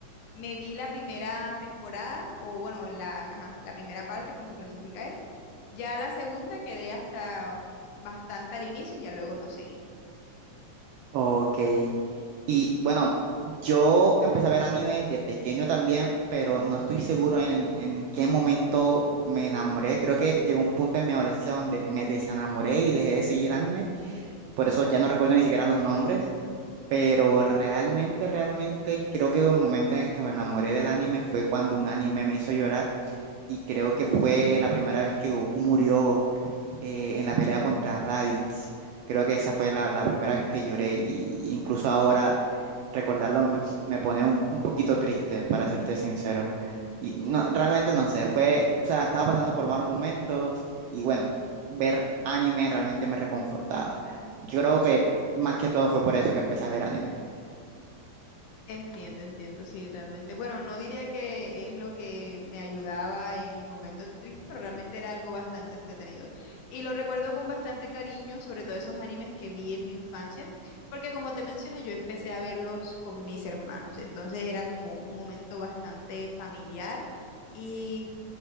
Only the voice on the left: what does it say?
Me vi la primera temporada, o bueno, la, ajá, la primera parte, como se clasifica él. Ya la segunda quedé hasta bastante al inicio y ya luego no seguí.
Entiendo, entiendo, sí, realmente. Bueno, no diría que es lo que me ayudaba en mis momentos tristes, pero realmente era algo bastante entretenido. Y lo recuerdo con bastante cariño, sobre todo esos animes que vi en mi infancia, porque como te menciono, yo empecé a verlos con mis hermanos, entonces era como un momento bastante familiar y